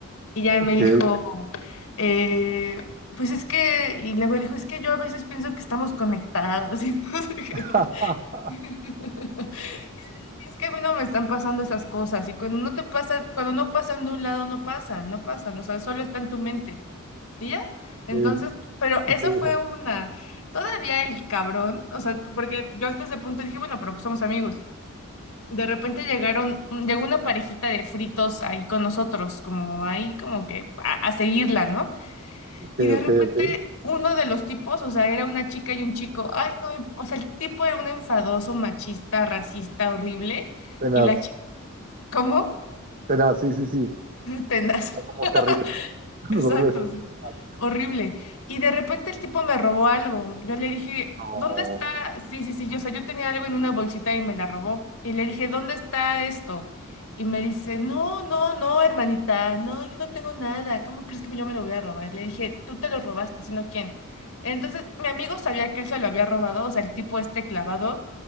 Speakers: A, on the left; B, on the right.
A: Y ya
B: Ok.
A: me dijo, eh, pues es que, y luego dijo, es que yo a veces pienso que estamos conectados <laughs> y no sé qué.
B: <laughs>
A: <laughs> Y le dije, Es que a mí no me están pasando esas cosas y cuando no te pasan, cuando no pasan de un lado, no pasan, no pasan, o sea, solo está en tu mente. ¿Y ya?
B: Ok,
A: Entonces, pero
B: ¿y
A: eso
B: qué dijo?
A: fue una, todavía el cabrón, o sea, porque yo hasta ese punto dije, bueno, pero pues somos amigos. De repente llegaron, mm, llegó una parejita de fritos ahí con nosotros, como ahí como que a, a seguirla, ¿no?
B: Ok,
A: Y de
B: ok,
A: repente
B: ok.
A: uno de los tipos, o sea, era una chica y un chico, ay no, o sea, el tipo era un enfadoso, machista, racista, horrible,
B: Tenaz,
A: y la chica, ¿cómo?
B: tenaz, sí, sí, sí.
A: Tenaz.
B: Está como
A: <laughs>
B: terrible. <laughs>
A: Exacto,
B: Nosotros le decimos
A: sí.
B: tenaz.
A: Horrible. Y de repente el tipo me robó algo. Yo le dije,
B: No,
A: ¿dónde está? Sí, sí, sí. Yo, o sea, yo tenía algo en una bolsita y me la robó. Y le dije, ¿dónde está esto? Y me dice, no, no, no, hermanita, no, yo no tengo nada. ¿Cómo crees que yo me lo voy a robar? le dije, tú te lo robaste, sino quién. Entonces, mi amigo sabía que él se lo había robado, o sea, el tipo este clavado.